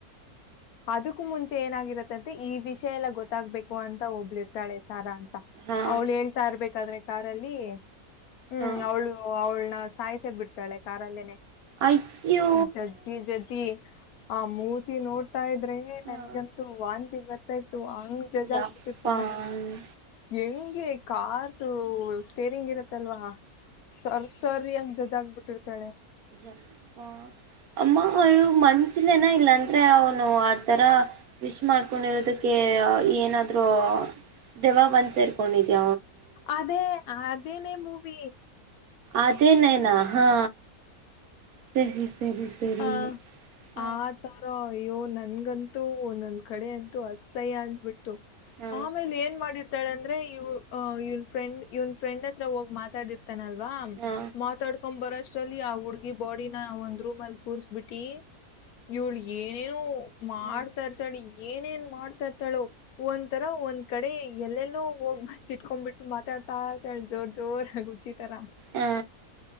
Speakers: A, on the left (about 75°); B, on the right (about 70°).
A: ಅದಕ್ಕೂ ಮುಂಚೆ ಏನಾಗಿರತ್ತಂತೆ ಈ ವಿಷಯ ಎಲ್ಲ ಗೊತ್ತಾಗ್ಬೇಕು ಅಂತ ಒಬ್ಳ ಇರ್ತಾಳೆ ಸಾರ ಅಂತ
B: ಹಾ
A: ಅವ್ಳು ಹೇಳ್ತಾ ಇರ್ಬೇಕಾದ್ರೆ ಕಾರಲ್ಲಿ ಹ್ಮ್
B: ಹಾ
A: ಅವಳು ಅವಳನ ಸಾಯ್ತೆ ಬಿಡ್ತಾಳೆ ಕಾರಲ್ಲೇನೆ
B: ಅಯ್ಯೂ
A: ಜಜ್ಜಿ ಜಜ್ಜಿ ಆ ಮೂರ್ತಿ ನೋಡ್ತಾ ಇದ್ರ
B: ಹಾ
A: ನನ್ಗಂತೂ ವಾಂತಿ ಬರ್ತಾ ಇತ್ತು ಆ ಹ್ಮ ಜಜಾಗಬಿಟ್ಟಿರ್ತಳೆ
B: ಯಪ್ಪಾ ಹ್ಮ್
A: ಹೆಂಗೆ ಕ್ದು ಸ್ಟೇರಿಂಗ್ ಇರತ್ತಲ್ವಾ ಸರ್ ಸರಿ ಅಂದದ್ದ ಆಾಗಬಿಟ್ಟಿರ್ತಾಳೆ
B: ಹ ಅಮ್ಮ ಅವ ಮನಷಿನನ ಇಲ್ಲಾ ಅಂದ್ರೆ ಅವನು ಆಥರ ವಿಶ್ ಮಾಡ್ಕೊಂಡಿರೋದಕ್ಕೆ ಏನಾದ ದೆವಾ ಒಂದ ಸೇರ್ಕೊಂಡಿದ್ದಿದೀ
A: ಅದೇ ಅದೇನೇ ಮೂವಿ
B: ಅದೇ ನ ನ ಹಾ ಸರಿ ಸರಿ ಸರಿ
A: ಹ
B: ಹ
A: ಆ ತರ ಅಯ್ಯೋ ನನ್ಗಂತೂ ನನ್ ಕಡೆ ಅಂತೂ ಅಸ್ಸಯ್ಯ ಅನ್ಸ್ಬಿಟ್ಟು
B: ಹ
A: ಆಮೇಲೆ ಏನ್ ಮಾಡಿ ಳ ಅಂದ್ರೆ ಇವ್ ಇವ್ ್ರಂಡ್ ಇವ್ ಫ್ರೆಂಡ್ ಹತ್ರ ಹೋಗಿ ಮಾತಾಡಿರ್ತ ತನಲ್ವಾ
B: ಹಾ
A: ಮಾತಾಡ್ಕೊಂಡ್ ಬರೋ ಚಲಿ ಆ ಹುಡ್ಗಿ ಬಾಡಿನ ಒಂದ್ ರೂಮ್ ಅಲ್ಲಿ ಕೂರ್ಸ್ಬಿಟ್ಟಿ ಇಳಗ ಏನೇನು ಮಾಡ್ತಾ
B: ಹ್ಮ್
A: ಇರ್ತಾಡಿ ಏನೇನ್ ಮಾಡ್ತಾ ಇರ್ತಾಳೋ ಒಂಥರ ಒಂದ್ ಕಡೆ ಎಲ್ಲೆಲ್ಲೋ ಹೋಗ್ ಬ ಇಟ್ಕೊಂಡ್ಬಿಟ್ಟು ಮಾತಾಡ ತಾತ ಜೋರ್ ಜೋರ್ ಹುಚ್ಚಿತರ
B: ಹಾ